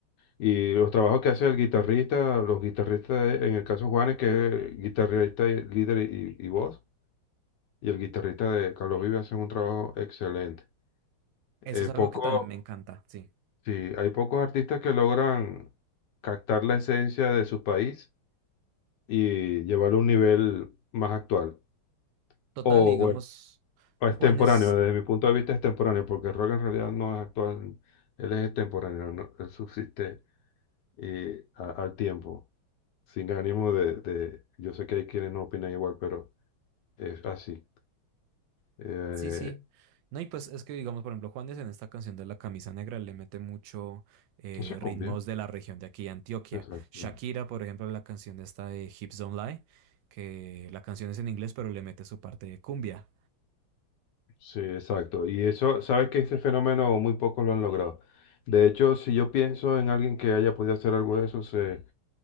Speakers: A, on the left (about 75°); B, on the right (about 75°).
A: Y los trabajos que hace el guitarrista, los guitarristas, de- en el caso de Juanes, que es guitarrista, y- líder y, y voz, y el guitarrista de Carlos Vives hacen un trabajo excelente.
B: Eso
A: Eh,
B: es algo
A: poco,
B: que también me encanta, sí.
A: sí, hay pocos artistas que logran captar la esencia de su país y llevarlo a un nivel más actual.
B: Total,
A: O
B: digamos,
A: bueno, extemporáneo,
B: Juan es
A: desde mi punto de vista es extemporáneo, porque el rock en realidad no es actual, él es extemporáneo, ¿no? Él subsiste eh, a- al tiempo, sin ánimo de, de- Yo sé que hay quienes no opinan igual, pero es así. Eh,
B: Sí, sí. No, y pues es que, digamos, por ejemplo, Juanes en esta canción de La Camisa Negra le mete mucho eh,
A: eso es
B: ritmos
A: cumbia,
B: de la región de aquí, de Antioquia.
A: exacto.
B: Shakira, por ejemplo, en la canción esta de Hips Don't Lie, que la canción es en inglés, pero le mete su parte de cumbia.
A: Sí, exacto. Y eso, sabes que ese fenómeno muy pocos lo han logrado. De hecho, si yo pienso en alguien que haya podido hacer algo de eso, se,